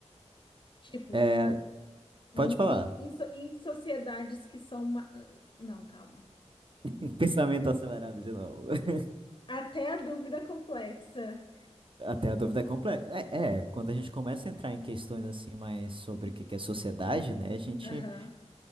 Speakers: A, on the left (about 45°); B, on the right (about 45°).
A: tipo,
B: É,
A: em,
B: pode falar.
A: em, em so- em sociedades que são, ma- não, calma,
B: <laughs> Pensamento acelerado de novo. <laughs>
A: até a dúvida complexa,
B: Até a dúvida é complexa. É, é, quando a gente começa a entrar em questões assim mais sobre o que que é sociedade, né? A gente
A: aham,